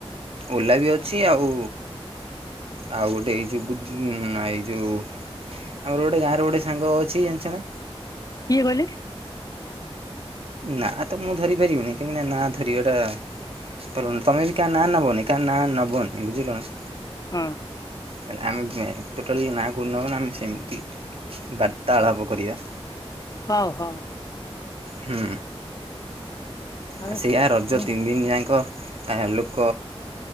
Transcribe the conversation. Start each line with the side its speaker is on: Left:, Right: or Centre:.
Right: ଓଲା ବି ଅଛି ଆଉ ଆଉ ଗୋଟେ ଏଇ ଯୋଉ ଗୁଜୁ ଉଁ, ଆ, ଏଇ ଯୋଉ ଆମର ଗୋଟେ ଗାଁରେ ଗୋଟେ ସାଙ୍ଗ ଅଛି ଜାଣିଛନା?
Left: କିଏ କହିଲେ?
Right: ନାଁ ତ ମୁଁ ଧରି ପାରିବି ନାଇଁ। କାଇଁକିନା ନାଁ ଧରିବାଟା ଭଲ ନୁ, ତୋମେ ବି କା ନାଁ ନବନି। ତା ନାଁ ନବନି ବୁଝିଲନା।
Left: ହଁ।
Right: ହେଲେ ଆମେ ଯେ ଟୋଟାଲି ନାଁ କୁ ନବାନି ଆମେ ସେମିତି ବାର୍ତ୍ତାଳାପ କରିବା।
Left: ହଉ, ହଉ।
Right: ହୁଁ,
Left: ଆଉ
Right: ଆ, ସେଇଆା ରଜ
Left: କଣ
Right: ତିନି ଦିନ ଯାଙ୍କ ଆ, ଲୋକ